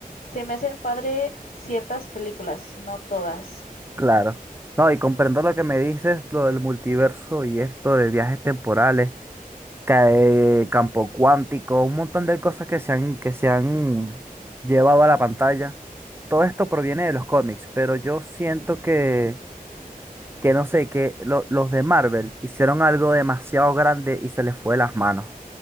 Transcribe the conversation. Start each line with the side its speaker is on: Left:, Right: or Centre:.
Left: se me hace padre ciertas películas, no todas.
Right: claro. No, y comprendo lo que me dices, lo del multiverso y esto de viajes temporales. cae- campo cuántico, un montón de cosas que se han, que se han llevado a la pantalla. Todo esto proviene de los cómics, pero yo siento que, que no sé, que lo- los de Marvel hicieron algo demasiado grande y se les fue de las manos.